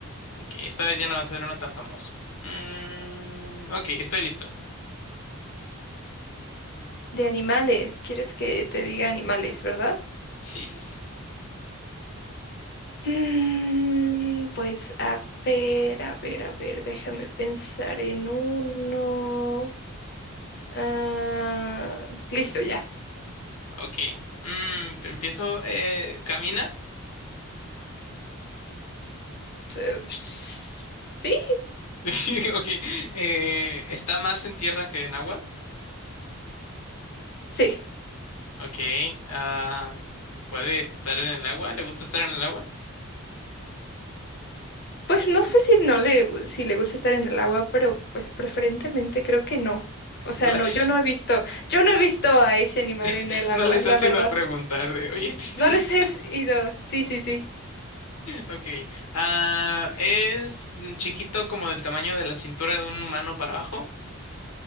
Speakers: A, on the left; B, on the left.
A: Ok, esta vez ya no va a ser uno tan famoso. Mm, ok, estoy listo.
B: de animales, ¿quieres que te diga animales, verdad?
A: Sí, sí, sí.
B: Mm, pues a ver, a ver, a ver, déjame pensar en uno. Ah, listo, ya.
A: Ok. Mm, empiezo. eh, ¿camina?
B: Eh, Sí,
A: <laughs> Ok. eh, ¿está más en tierra que en agua?
B: sí.
A: Ok. ah, ¿puede estar en el agua? ¿Le gusta estar en el agua?
B: Pues no sé si no le, gu- si le gusta estar en el agua, pero pues preferentemente creo que no. O sea,
A: No las,
B: no, yo no he visto, yo no he visto a ese animal en
A: <laughs>
B: el agua,
A: no les
B: la
A: has
B: verdad.
A: ido a preguntar de, oye, ¿a ti te
B: No
A: gusta?
B: les has
A: <laughs>
B: ido. Sí, sí, sí.
A: Ok. ah, ¿es chiquito como del tamaño de la cintura de un humano para abajo?